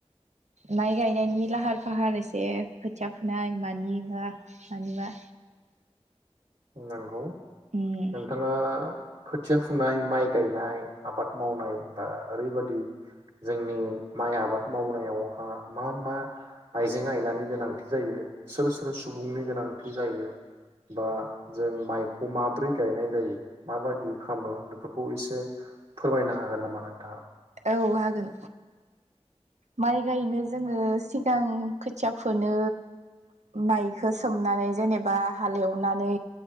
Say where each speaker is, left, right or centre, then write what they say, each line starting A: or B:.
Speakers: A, on the right; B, on the right.
A: माइ गायनायनि लाहार फाहार एसे खोथिया फुनाय मानिबा मानिबा
B: नोंगौ
A: उम
B: नोंथाङा खोथिया फुनाय माइ गायनाय आबाद मावनाय बा ओरैबादि जोंनि माइ आबाद मावनायावहा मा मा आइजें आयनानि गोनांथि जायो सोर सोर सुबुंनि गोनांथि जायो बा जों माइखौ माब्रै गायनाय जायो माबायदि खामो बेफोरखौ एसे फोरमायनो हागोन नामा नोंथाङा?
A: औ हागोन। माइ गायनो जो‌ जोङो सिगां खोथिया फोनो माइखो सोमनानै जेनेबा हालेवनानै